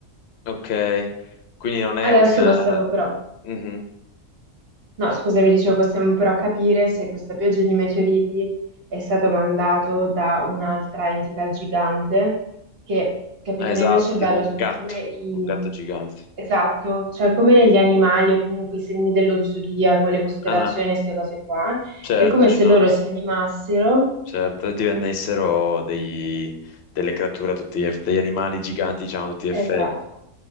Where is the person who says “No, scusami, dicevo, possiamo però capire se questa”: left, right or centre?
Right